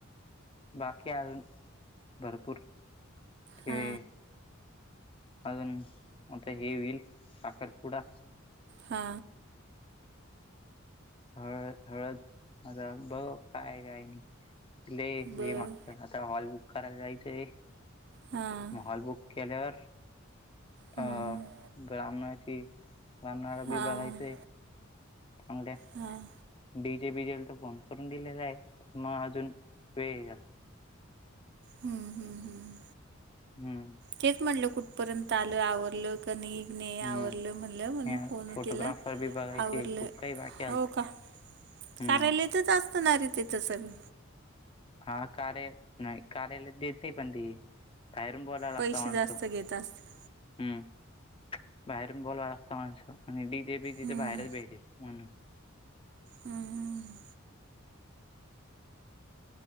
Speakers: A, on the left; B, on the right.
A: बाकी आजून भरपूर ते
B: हा
A: अजून आता हे होईल साखरपुडा
B: हा
A: हळ हळद माझा बघ काय काय नाही. हे
B: बरं.
A: माग आता हॉल बुक करायला जायचंय
B: हां.
A: मग हॉल बुक केल्यावर
B: हं.
A: अ ग्रामणाची ब्राह्मणाला
B: हां.
A: बी बघायचय चांगल्या
B: हां
A: डीजे विजल चा फॉर्म करून दिलेला आहे मग आजून वेळ याला
B: हम्म हम्म हम्म
A: हम्म
B: तेच म्हटलं कुठपर्यंत आलं आवरलं. कणिक ने
A: हम्म
B: आवरलं म्हणलं म्हणून
A: आणि
B: फोन
A: फोटोग्राफर
B: केला
A: बी बघायचे
B: आवरलं
A: खूप काही बाकी अजून
B: हो का?
A: हम्म
B: कार्यालयतच असतणारे तिथं संग
A: हा कार्या नाही कार्यालयत देते पण ते खायरून बोलायला लागतं
B: पैसे
A: आणस
B: जास्त
A: हम्म
B: घेत असतील
A: बाहेरून बोलवा लागत माणसं आणि डी तेे बी तिथे
B: हम्म
A: बाहेरच भेटेल म्हणून
B: हम्म